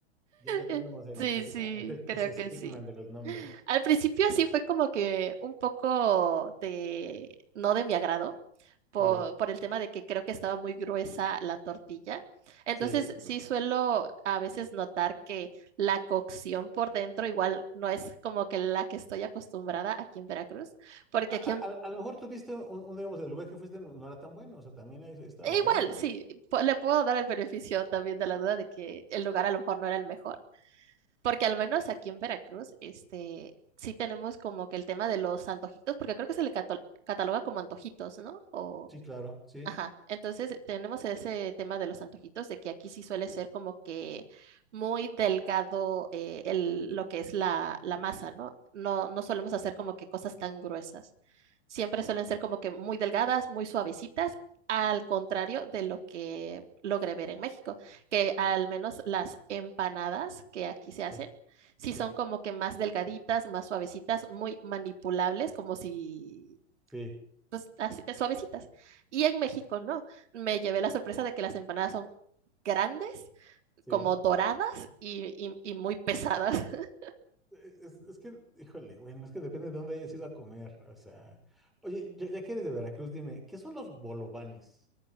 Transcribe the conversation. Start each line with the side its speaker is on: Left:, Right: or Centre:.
Centre: Ya, ya tenemos
Right: Eh,
Centre: el,
Right: Sí,
Centre: esa-
Right: sí,
Centre: ese,
Right: creo
Centre: ese estigma
Right: que sí.
Centre: de los nombres.
Right: Al principio sí fue como que un poco de, no de mi agrado, por,
Centre: Sí,
Right: por el tema de que creo que estaba muy gruesa la tortilla. Entonces
Centre: sí.
Right: sí suelo a veces notar que la cocción por dentro igual no es como que la que estoy acostumbrada aquí en Veracruz, porque
Centre: A,
Right: aquí
Centre: a-
Right: en-
Centre: a- a lo mejor tuviste un, un, digamos, el lugar que fuiste no era tan bueno, o sea, también hay esta
Right: e
Centre: variante.
Right: Igual, sí, po- le puedo dar el beneficio también de la duda de que el lugar a lo mejor no era el mejor. Porque al menos aquí en Veracruz, este, sí tenemos como que el tema de los antojitos, porque creo que se le cato- cataloga como antojitos, ¿no? O
Centre: Sí, claro, sí,
Right: Ajá, entonces tenemos ese tema de los antojitos, de que aquí sí suele ser como que muy delgado eh, el, lo que es la, la masa, ¿no? No, no solemos hacer como que cosas tan gruesas. Siempre suelen ser como que muy delgadas, muy suavecitas, al contrario de lo que logré ver en México, que al menos las empanadas que aquí se hacen,
Centre: sí,
Right: sí
Centre: sí,
Right: son como que más delgaditas, más suavecitas, muy manipulables, como si
Centre: sí,
Right: pues, así, eh, suavecitas. Y en México, ¿no? Me llevé la sorpresa de que las empanadas son grandes,
Centre: sí.
Right: como doradas y, y- y muy pesadas. <laughs>
Centre: Es, es que, híjole, bueno, es que depende de dónde hayas ido a comer, o sea. Oye, ya, ya que eres de Veracruz, dime, ¿qué son los bolovanes?